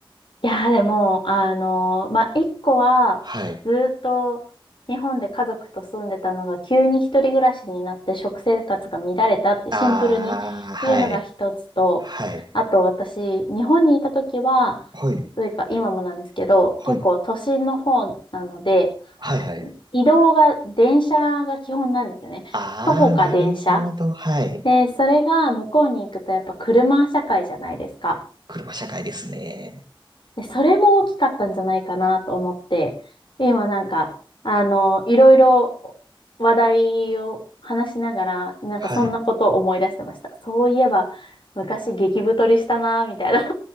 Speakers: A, on the left; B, on the right.
A: いやーでも、あのーまあ、一個は、
B: はい。
A: ずーっと日本で家族と住んでたのが、急に一人暮らしになって食生活が乱れたってシンプルにっていうのが一つと、
B: ああ、はい。はい。
A: あと私、日本にいた時は、
B: はい。
A: というか今もなんですけど、
B: はい。
A: 結構都心の方なので、
B: はい、はい。
A: 移動が電車が基本なんですよね。
B: ああ、
A: 徒歩か電車。
B: なるほど。はい。
A: で、それが向こうに行くとやっぱ車社会じゃないですか。
B: 車社会ですね。
A: で、それも大きかったんじゃないかなと思って、今なんか、あの、いろいろ話題を話しながら、なんかそんなことを思い出してました。
B: はい。
A: そういえば、昔激太りしたな、みたいな。